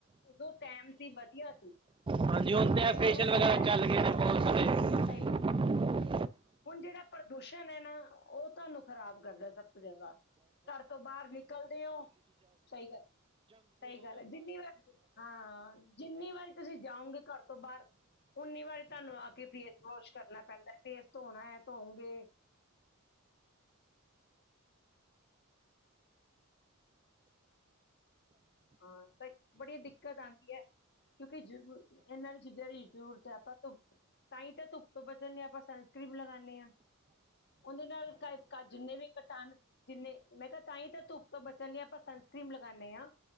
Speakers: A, on the left; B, on the right.
A: ਉਦੋਂ ਟਾਈਮ ਸੀ ਵਧੀਆ ਸੀ।
B: ਹਾਂਜੀ, ਹੁਣ
A: ਟਾਈਮ
B: ਤੇ ਫੇਸ਼ੀਅਲ
A: ਇਹੋ
B: ਵਗੈਰਾ
A: ਜਿਹਾ ਹੈ,
B: ਚੱਲ ਗਏ ਬਹੁਤ ਸਾਰੇ।
A: ਸਹੀ ਗੱਲ ਹੁਣ ਜਿਹੜਾ ਪ੍ਰਦੂਸ਼ਣ ਹੈ ਨਾ ਉਹ। ਤੁਹਾਨੂੰ ਖ਼ਰਾਬ ਕਰਦਾ ਸਭ ਤੋਂ ਜਿਆਦਾ ਘਰ ਤੋਂ ਬਾਹਰ ਨਿਕਲਦੇ ਹੋ ਸਹੀ ਗੱਲ। ਸਹੀ ਗੱਲ ਹੈ, ਜਿੰਨੀ ਵਾਰੀ ਹਾਂ ਜਿੰਨੀ ਵਾਰੀ ਤੁਸੀਂ ਜਾਓਗੇ ਘਰ ਤੋਂ ਬਾਹਰ। ਉਨੀ ਵਾਰੀ ਤੁਹਾਨੂੰ ਆ ਕੇ ਫੇਸ ਵਾਸ਼ ਕਰਨਾ ਪੈਂਦਾ ਫੇਸ ਧੋਣਾ ਹੈ ਧੋਉਗੇ। ਹਾਂ ਤਾਂ ਬੜੀ ਦਿੱਕਤ ਆਉਂਦੀ ਹੈ। ਕਿਉਂਕਿ ਇਹਨਾਂ ਨੇ ਚੀਜ਼ਾਂ ਦੀ ਜ਼ਰੂਰਤ ਹੈ, ਆਪਾਂ ਧੁੱਪ ਤਾਂਹੀਂ ਤਾਂ ਧੁੱਪ ਤੋਂ ਬਚਣ ਲਈ ਆਪਾਂ ਸਨ ਕਰੀਮ। ਲਗਾਨੇ ਆ। ਉਹਦੇ ਨਾਲ ਜਿੰਨੇ ਵੀ ਕਿਟਾਣੂ ਜਿੰਨੇ ਮੈਂ ਕਿਹਾ ਤਾਂਈ ਤਾਂ ਆਪਾ ਧੁੱਪ ਤੋਂ ਬਚਣ ਲਈ ਆਪਾ ਸਨ। ਕਰੀਮ ਲਗਾਨੇ ਆ।